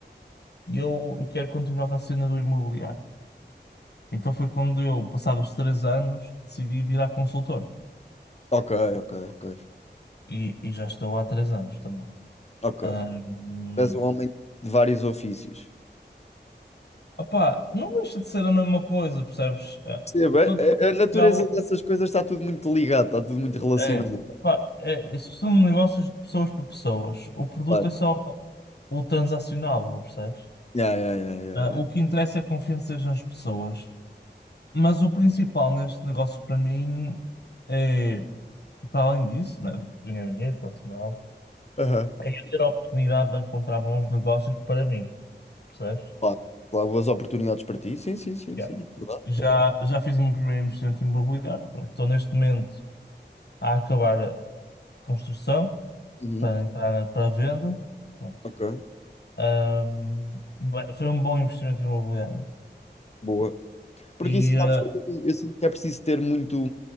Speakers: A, on the left; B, on the left.
A: e eu, eu quero continuar com a cena do imobiliário. Então foi quando eu, passados três anos, decidi virar consultor.
B: Ok, ok, ok.
A: E, e já estou há três anos também.
B: Ok.
A: Ahm,
B: És um homem de vários ofícios.
A: opá, não deixa de ser a mesma coisa, percebes? Ah,
B: Percebo, a,
A: Todo
B: a-
A: Portugal
B: a natureza dessas coisas está tudo muito ligado, está tudo muito relacionado.
A: é, opá, é, isto são negócios de pessoas para pessoas. O produto
B: Claro.
A: é só o transacionável, percebes?
B: Yeah, yeah, yeah, yeah,
A: Ah,
B: yeah.
A: o que interessa é confianças nas pessoas. Mas o principal neste negócio para mim é Para além disso, né, ganhar dinheiro, pronto, como é óbvio,
B: Aham.
A: é eu ter a oportunidade de encontrar bons negócios para mim, percebes?
B: Claro, claro, boas oportunidades para ti. Sim, sim, sim,
A: Yeah.
B: sim, é verdade,
A: Já,
B: é verdade.
A: já fiz um primeiro investimento imobiliário, pronto, estou neste momento a acabar a construção
B: Uhum.
A: para entrar na- para a venda, pronto.
B: Ok,
A: Ahm, bem, foi um bom investimento imobiliário.
B: boa. Porque
A: E,
B: isso,
A: eh,
B: sabes, que eu, eu sinto que é preciso ter muito.